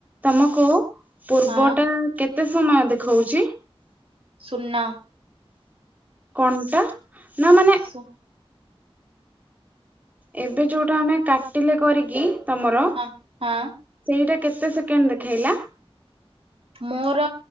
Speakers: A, on the right; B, on the right.
A: ତମକୁ ପୂର୍ବ
B: ହଁ
A: ଟା କେତେ ସମୟ ଦେଖଉଛି?
B: ଶୂନ।
A: କଣଟା ନା ମାନେ
B: ଶୁନ୍।
A: ଏବେ ଯୋଉଟା ଆମେ କାଟିଲେ କରିକି ତମର
B: ହଁ ହଁ।
A: ସେଇଟା କେତେ ସେକେଣ୍ଡ ଦେଖେଇଲା?
B: ମୋର